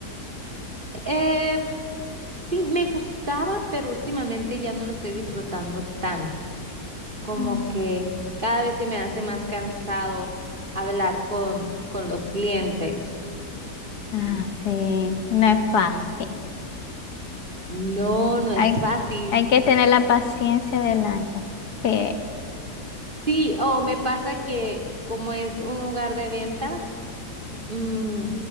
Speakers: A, on the right; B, on the left.
A: Eh, sí, me gustaba, pero últimamente ya no lo estoy disfrutando tanto, como
B: Mm.
A: que cada vez se me hace más cansado hablar con, con los clientes
B: Ah,
A: y
B: sí, no es fácil.
A: no, no
B: Hay,
A: es fácil.
B: que- hay que tener la paciencia del año. Sí.
A: Sí, o me pasa que como es un lugar de ventas, mm,